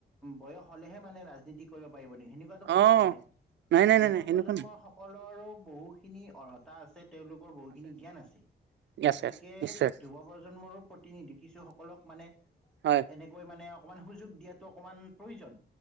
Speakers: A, in the centre; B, on the right.
A: বয়স হলেহে মানে ৰাজনীতি কৰিব পাৰিব নেকি। সেনে, টো কথা
B: অ
A: নহয়।
B: নাই নাই
A: যুৱ
B: নাই নাই এনেকুৱা
A: প্ৰজন্ম
B: নাই
A: সকলৰো বহুখিনি অৰ্হতা আছে। তেওঁলোকৰ বহুখিনি জ্ঞান আছে,
B: আছে
A: গতিকে
B: আছে নিশ্চয় আছে
A: যুৱ প্ৰজন্মৰো প্ৰতিনিধি কিছুসকলক মানে,
B: হয়।
A: এনেকৈ মানে অকণমান সুযোগ দিয়াটো অকণমান প্ৰয়োজন।